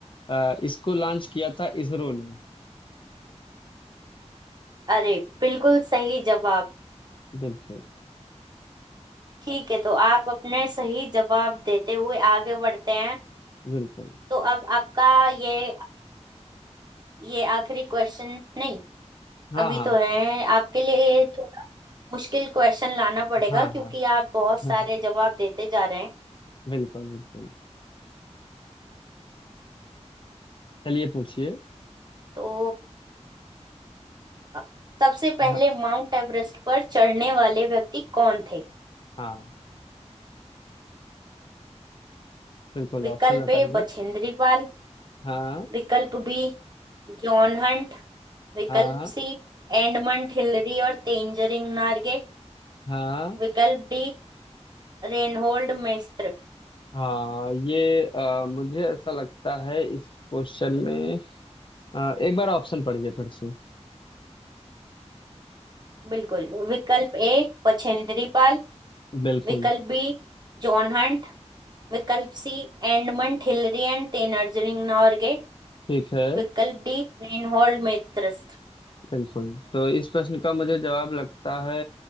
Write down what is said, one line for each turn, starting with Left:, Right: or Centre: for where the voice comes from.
Left: अ, इसको लॉन्च किया था इसरो ने
Right: अरे बिल्कुल सही जवाब
Left: बिल्कुल
Right: ठीक है तो आप अपने सही जवाब देते हुए आगे बढ़ते हैं
Left: बिल्कुल
Right: तो अब आपका ये ये आखिरी क्वेश्चन नहीं
Left: हाँ
Right: अभी
Left: हाँ
Right: तो है आपके लिए थोड़ा मुश्किल क्वेश्चन लाना पड़ेगा
Left: हाँ
Right: क्योंकि
Left: हाँ
Right: आप बहुत सारे
Left: हाँ,
Right: जवाब देते जा रहे हैं
Left: बिल्कुल बिल्कुल चलिए पूछिए
Right: तो अ, सबसे पहले
Left: हाँ
Right: माउंट एवरेस्ट पर चढ़ने वाले व्यक्ति कौन थे
Left: हाँ बिल्कुल
Right: विकल्प
Left: ऑप्शन बताइए
Right: ए बछेंद्री पाल
Left: हाँ
Right: विकल्प बी जॉन हंट विकल्प
Left: हाँ
Right: सी एडमंड हिलरी और तेंजरिंग नार्गे
Left: हाँ
Right: विकल्प डी रेनहोल्ड मेस्त्र
Left: हाँ ये अ, मुझे ऐसा लगता है इस क्वेश्चन में अ, एक बार ऑप्शन पढ़िए फिर से
Right: बिल्कुल विकल्प ए बछेंद्री पाल
Left: बिल्कुल
Right: विकल्प बी जॉन हंट विकल्प C Edmund Hillary and Tenzing Norgay
Left: ठीक है
Right: विकल्प डी रेनहोल्ड मेत्रिस्ट
Left: बिल्कुल तो इस प्रश्न का मुझे जवाब लगता है